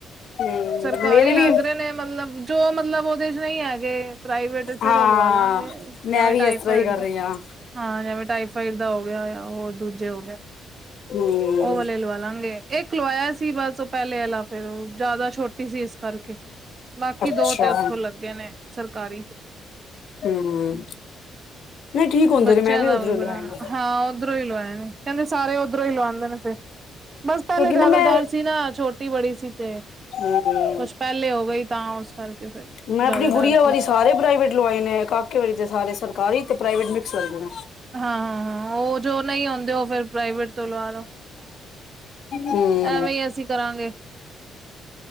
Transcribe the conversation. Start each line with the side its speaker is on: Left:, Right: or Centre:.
Left: ਹਮ
Right: ਸਰਕਾਰੀ
Left: ਮੇਰੇ
Right: ਲੱਗ
Left: ਵੀ
Right: ਰਹੇ ਨੇ ਮਤਲਬ, ਜੋ ਮਤਲਬ ਉਹਦੇ ਚ ਨਹੀਂ ਹੈਗੇ ਪ੍ਰਾਈਵੇਟ ਫਿਰ
Left: ਹਾਂ
Right: ਉਹ ਲਵਾਲਾਂਗੇ ਜਿਵੇਂ
Left: ਮੈਂ ਵੀ
Right: ਟਾਈਫੋਇਡ
Left: ਇਸ ਤਰ੍ਹਾਂ ਹੀ ਕਰ
Right: ਦਾ।
Left: ਰਹੀ ਹਾਂ
Right: ਹਾਂ, ਜਿਵੇਂ ਟਾਈਫਾਈਡ ਦਾ ਹੋ ਗਿਆ ਜਾਂ ਹੋਰ ਦੂਜੇ ਹੋ ਗਏ।
Left: ਹਮ
Right: ਉਹ ਵਾਲੇ ਲਵਾਲਾਂਗੇ, ਇੱਕ ਲਵਾਇਆ ਸੀ ਬਸ ਉਹ ਪਹਿਲੇ ਆਲਾ ਫੇਰ ਜ਼ਿਆਦਾ ਟੀ ਸੀ ਇਸ ਕਰਕੇ, ਬਾਕੀ
Left: ਅੱਛਾ
Right: ਦੋ ਤੇ ਉੱਥੋਂ ਲੱਗੇ ਨੇ ਸਰਕਾਰੀ।
Left: ਹਮ ਨਹੀਂ ਠੀਕ ਹੁੰਦੇ
Right: ਬੱਚੇ
Left: ਨੇ ਮੈਂ
Right: ਦਾ
Left: ਉੱਧਰੋਂ
Right: ਵੀ ਬੜਾ
Left: ਲਵਾਏ ਨੇ
Right: ਹਾਂ ਉਹ ਉੱਧਰੋਂ ਹੀ ਲਵਾਏ ਨੇ, ਕਿੰਦੇ ਸਾਰੇ ਉੱਧਰੋਂ ਹੀ ਲਵਾਉਂਦੇ ਨੇ ਫਿਰ। ਬਸ
Left: ਕਿਉਂਕਿ
Right: ਪਹਿਲੇ ਜਿਆਦਾ
Left: ਨਾ ਮੈਂ
Right: ਡਰ ਸੀ ਨਾ ਛੋਟੀ ਬੜੀ ਸੀ ਤੇ
Left: ਹਮ-ਹਮ,
Right: ਕੁਛ ਪਹਿਲੇ ਹੋ ਗਈ ਤਾਂ ਉਸ ਕਰਕੇ ਫਿਰ
Left: ਮੈਂ
Right: ਜ਼ਿਆਦਾ
Left: ਆਪਣੀ
Right: ਡਰ
Left: ਗੁੜੀਆਂ ਵਾਰੀ
Right: ਸੀ
Left: ਸਾਰੇ ਪ੍ਰਾਈਵੇਟ ਲਵਾਏ ਨੇ, ਕਾਕੇ ਵਾਰੀ ਤੇ ਸਾਰੇ ਸਰਕਾਰੀ ਤੇ ਪ੍ਰਾਈਵੇਟ ਮਿਕ੍ਸ ਲੱਗਦੇ ਨੇ।
Right: ਹਾਂ -ਹਾਂ -ਹਾਂ, ਉਹ ਜੋ ਨਹੀਂ ਹੁੰਦੇ ਉਹ ਫਿਰ ਪ੍ਰਾਈਵੇਟ ਤੋਂ ਲਵਾ ਲਓ।
Left: ਹਮ
Right: ਐਵੇਂ ਹੀ ਅਸੀਂ ਕਰਾਂਗੇ।